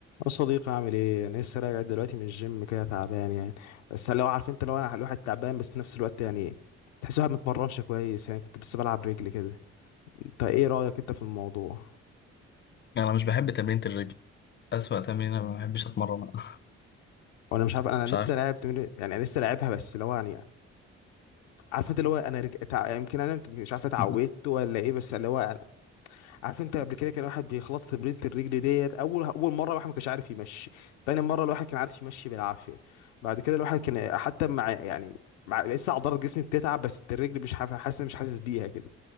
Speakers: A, on the left; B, on the left.
A: يا صديقي عامل ايه انا لسه راجع دلوقتي من الجيم كده تعبان يعني بس لو عارف انت لو انا الواحد تعبان بس في نفس الوقت يعني تحس الواحد متمرنش كويس يعني كنت بس بلعب رجلي كده انت ايه رايك انت في الموضوع
B: يعني انا مش بحب تمرينة الرجل اسوأ تمرينة ما بحبش اتمرنها <laughs>
A: وانا مش عارف انا
B: مش
A: لسه
B: عارف
A: لاعب تمرين يعني انا لسه لاعبها بس اللي هو يعني عارف انت اللي هو انا رج... تع... يمكن انا مت- مش عارف اتعودت
B: <laughs>
A: ولا ايه بس اللي هو عارف انت قبل كده كان واحد بيخلص تمرينة الرجل ديت اول اول مره الواحد ما كانش عارف يمشي تاني مره الواحد كان عارف يمشي بالعافيه بعد كده الواحد كان حتى مع يعني مع لسه عضلات جسمي بتتعب بس الرجل مش حاف- حاسس مش حاسس بيها كده